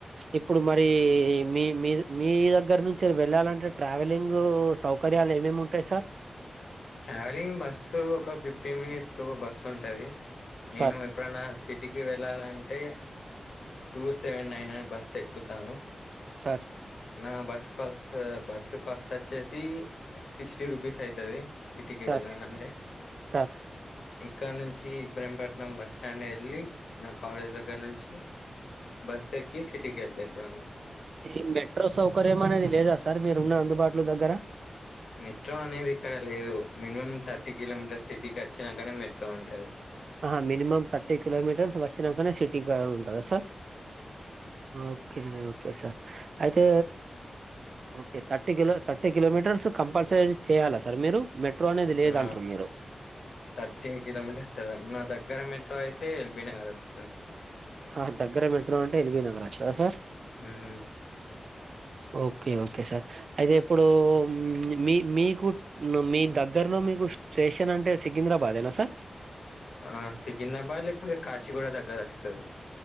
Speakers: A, on the right (about 65°); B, on the left (about 75°).
A: ఇప్పుడు మరి ఈ మీ మీ మీ దగ్గర నుంచి వెళ్ళాలంటే ట్రావెలింగ్ సౌకర్యాలు ఏమేమి ఉంటాయి సర్ సార్
B: ట్రావెలింగ్ బస్సు ఒక ఫిఫ్టీన్ మినిట్స్కి ఒక బస్సు ఉంటది నేను
A: సార్
B: ఎప్పుడన్న సిటీకి వెళ్ళాలంటే టూ సెవెన్ నైన్ అనే బస్సు ఎక్కుతాను
A: సార్
B: నా బస్ కోస్ బస్ కాస్ట్ వచ్చేసి సిక్స్టీ రూపీస్ అయితది సిటీకి
A: సార్
B: వెళ్ళాలంటే
A: సార్
B: ఇక్కడ నుంచి ఇబ్రహింపట్నం బస్ స్టాండ్ వెళ్ళి నా కాలేజ్ దగ్గర నుంచి బస్ ఎక్కి సిటీకి వెళ్తా ఎప్పుడన్నా
A: ఈ మెట్రో సౌకర్యం అనేది లేదా సార్ మీరు ఉన్న అందుబాటులో దగ్గర
B: మెట్రో అనేది ఇక్కడ లేదు మినిమం థర్టీ కిలోమీటర్ సిటీకి వచ్చినాకనే మెట్రో ఉంటాది
A: ఆ హా మినిమమ్ థర్టీ కిలోమీటర్స్ వచ్చినాకనే సిటీగా ఉంటదా సార్ ఓకే అండి ఓకే సార్ అయితే okay thirty kilo thirty kilometres compulsory చేయాలా సార్ మీరు మెట్రో అనేది లేదంటారు
B: ఆ
A: మీరు
B: థర్టీ కిలోమీటర్స్ ఎవ్రన్న తగ్గ గర మెట్రో అయితే ఎల్బీ నగర్స్
A: హా దగ్గర మెట్రో అంటే ఎల్బీ నగర్ వస్తదా సార్
B: హ్మ్
A: ఓకే ఓకే సార్ అయితే ఇప్పుడు మీ మీకు మీ దగ్గరలో మీకు స్టేషన్ అంటే సికింద్రాబాదేనా సార్
B: ఆ సికింద్రాబాద్ లేకపోతే కాచిగూడ దగ్గరస్తది